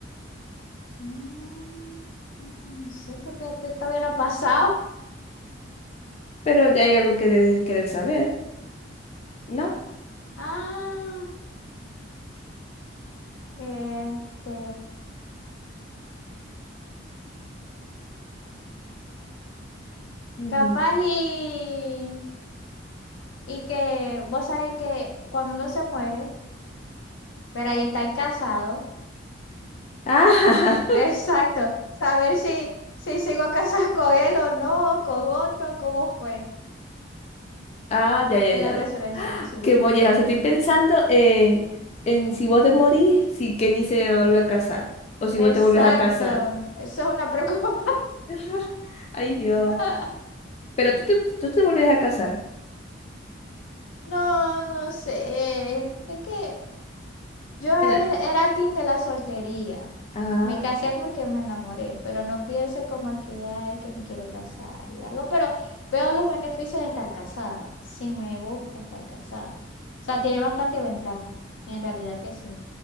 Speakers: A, on the left; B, on the left.
A: Mm, No sé por qué que todavía no ha pasado.
B: Pero ya hay algo que debes querer saber, ¿no?
A: Ah, este,
B: Mm.
A: capaz y, y que vos sabés que cuando uno se muere. Pero ahí está el casado.
B: Ah, <laughs>
A: Exacto. Saber si, si sigo casada con él o no, o con otro, cómo fue
B: ah, ya, ya,
A: en
B: ya.
A: la resurrección, sí.
B: Qué molleja. O sea, estoy pensando en, en si vos te morís, si Kenny se vuelve a casar. O si
A: Exacto.
B: vos te vuelves a casar.
A: Eso es una preocupación.
B: <laughs> Ay, Dios.
A: <laughs>
B: Pero tú te, tú te volverías a casar.
A: No, no sé. Es que Yo e-
B: Bueno,
A: era team de la soltería.
B: ah,
A: Me casé porque me enamoré, pero no pienso como que, ay, que me quiero casar y algo, pero veo los beneficios de estar casada. Sí, me gusta estar casada. O sea, tiene bastante ventaja. En realidad que sí.